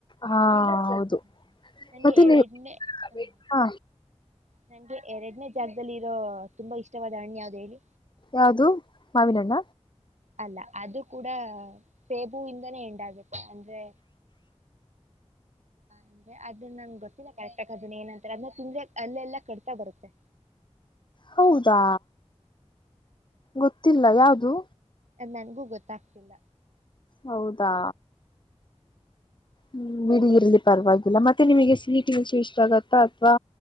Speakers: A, on the left (about 45°); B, on the right (about 85°).
A: ಹಾ ಹೌದು
B: ಹ್ಮ ನಂಗೆ
A: ಮತ್ತೆ
B: ಎರಡನೇ
A: ನೀವು
B: ಹ್ಮ
A: ಹ
B: ನಂಗೆ ಎರಡನೇ ಜಾಗದಲ್ಲಿ ಇರೋ ತುಂಬಾ ಇಷ್ಟವಾದ ಹಣ್ಣಿ ಯಾವ್ದು ಹೇಳಿ
A: ಯಾವ್ದು ಮಾವಿನಣ್ಣ
B: ಅಲ್ಲ ಅದು ಕೂಡ ಸೇಬುವ ಇಂದನೇ ಎಂಡಾಗುತ್ತೆ ಅಂದರೆ ಅಂದ್ರೆ ಅದ್ರ ನಂಗೆ ಗೊತ್ತಿಲ್ಲ ಕರೆಕ್ಟಕ್ ಅದನ್ನ ಏನಂತ್ರ ಅದನ್ನ ತಿಂದ್ರ ಅಲ್ಲೆಲ್ಲಾ ಕಡ್ತಾ ಬರುತ್ತೆ
A: ಹೌದಾ ಗೊತ್ತಿಲ್ಲ ಯಾವ್ದದು
B: ನನಗೂ ಗೊತ್ತಾಗ್ತಿಲ್ಲ
A: ಹೌದಾ ಹ್ಮ್ ಬಿಡಗರಲಿ ಪರವಾಗಿಲ್ಲ ಮತ್ತೆ ನಿಮಗೆ ಸಿಟಿವಲ್ಸು ಇಷ್ಟ ಆಗತ್ತ ಅಥವಾ